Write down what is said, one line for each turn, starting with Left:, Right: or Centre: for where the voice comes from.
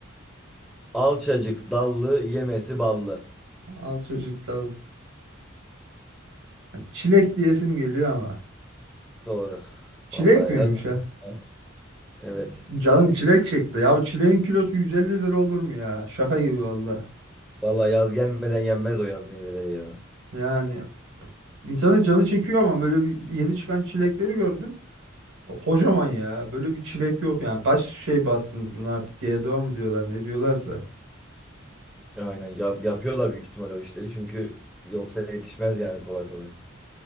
Centre: alçacık dallı yemesi ballı.
Right: al çocuklar. Çilek diyesim geliyor ama.
Centre: Doğru.
Right: Çilek
Centre: Vallahi
Right: miymiş
Centre: helal.
Right: ha?
Centre: olsun. Evet.
Right: Canım
Centre: Çilek.
Right: çilek çekti. Ya bu çileğin kilosu 150 lira olur mu ya? Şaka gibi valla.
Centre: Vallahi yaz gelmeden yenmez o yaz meyveleri ya.
Right: Yani insanın canı çekiyor ama böyle bir yeni çıkan çilekleri gördüm. o Kocaman ya. Böyle bir çilek yok yani. Kaç şey bastınız bunu artık? G GDO mu diyorlar ne diyorlarsa.
Centre: Aynen. Yap- yapıyorlar büyük ihtimal o işleri. Çünkü yoksa yetişmez yani kolay kolay.